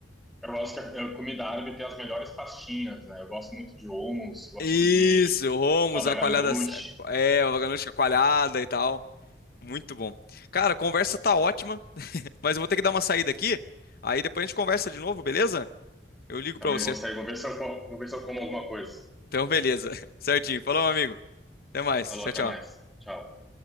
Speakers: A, in the centre; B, on the left (about 55°).
A: Eu gosto que a a comida árabe tem as melhores pastinhas, né? Eu gosto muito de hummus, gosto
B: Isso,
A: de
B: Romos,
A: baba
B: a
A: ganoush.
B: coalhada, é, a vaganucha coalhada e tal. Muito bom. Cara, a conversa tá ótima, mas eu vou ter que dar uma saída aqui. Aí depois a gente conversa de novo, beleza? Eu ligo
A: Também
B: pra você.
A: vou sair, vou ver se eu como, vou ver se eu como alguma coisa.
B: Então, beleza. <laughs> Certinho. Falou, meu amigo. Até mais.
A: Falou,
B: Tchau,
A: até
B: tchau.
A: mais. Tchau.